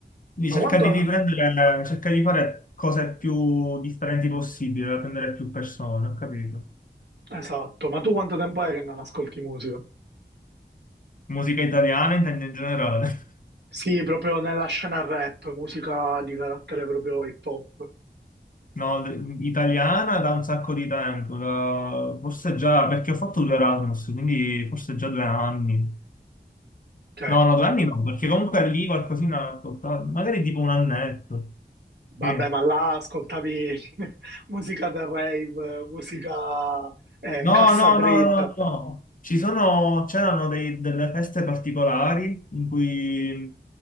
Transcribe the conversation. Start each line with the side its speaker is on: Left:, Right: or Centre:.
Left: Quindi
Right: Ma
Left: cercare
Right: quanto...
Left: di riprendere, cercare di fare cose più differenti possibili, da prendere più persone, ho capito.
Right: Esatto, ma tu quanto tempo è che non ascolti musica?
Left: Musica italiana intendo in generale. <laughs>
Right: Sì, proprio nella scena rap, musica di carattere proprio hip hop.
Left: No, d- italiana da un sacco di tempo, da- forse già, perché ho fatto due Erasmus, quindi forse già due anni.
Right: ok?
Left: No, no, due anni no, perché comunque lì qualcosina ho ascoltato, magari tipo un annetto.
Right: Vabbè,
Left: Sì.
Right: ma là ascoltavi <laughs> musica da rave, musica eh,
Left: No,
Right: cassa
Left: no,
Right: dritta,
Left: no, no, no. Ci sono, c'erano dei- delle feste particolari in cui